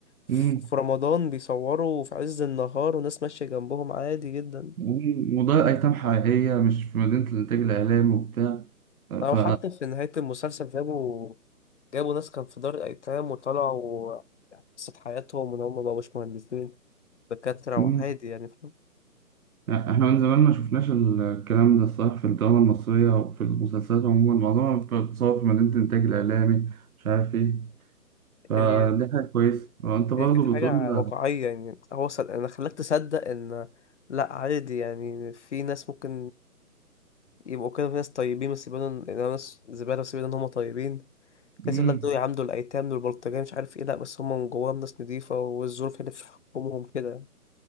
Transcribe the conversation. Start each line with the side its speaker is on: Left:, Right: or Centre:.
Left: ف-
Right: مم.
Left: في رمضان بيصوروا في عز النهار وناس ماشية جنبهم عادي جدا
Right: مم. وده ايتام حقيقية مش في مدينة الانتاج الاعلامي وبتاع آه،
Left: أو
Right: ف
Left: حتى في نهاية المسلسل جابوا جابوا ناس كان في دار الأيتام وطلعوا يعني قصة حياتهم وإن هما مبقوش مهندسين دكاترة
Right: مم.
Left: وعادي يعني فاهم
Right: احنا من زمان ما شفناش الكلام ده الصراحة في الدراما المصرية وفي المسلسلات عموما معظمها بتتصور في مدينة الانتاج الاعلامي مش عارف ايه فدي
Left: يعني
Right: حاجة كويسة وأنت برضه
Left: يعني كانت حاجة
Right: بتقول
Left: واقعية يعني هو صد... أنا خلاك تصدق إن لأ عادي يعني في ناس ممكن يبقوا كده في ناس طيبين بس يبانوا إن إن ناس زبالة بس يبانوا إن هما طيبين في
Right: امم
Left: ناس يقول لك دول يعاملوا الأيتام دول بلطجية مش عارف إيه لأ بس هما من جواهم ناس نضيفة والظروف هي اللي بتحكمهم كده